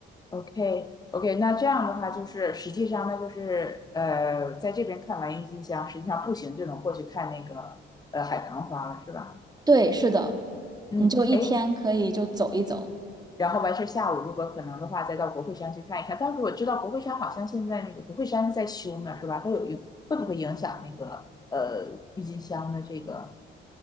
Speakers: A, on the left (about 20°); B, on the right (about 20°).
A: ，OK OK，那这样的话就是实际上那就是呃，在这边看完郁金香，实际上步行就能过去看那个呃海棠花了，是吧？
B: 对，是的，
A: 嗯，
B: 你就一天可以就走一走，
A: 哎，然后完事儿下午如果可能的话，再到国会山去看一看。但是我知道国会山好像现在那个国会山是在修呢，是吧？它有影会不会影响那个呃郁金香的这个